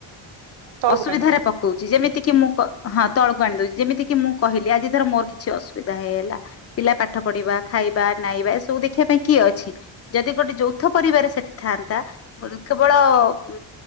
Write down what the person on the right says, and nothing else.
ତଳକୁ
ଟାଣି ଆଣୁଛି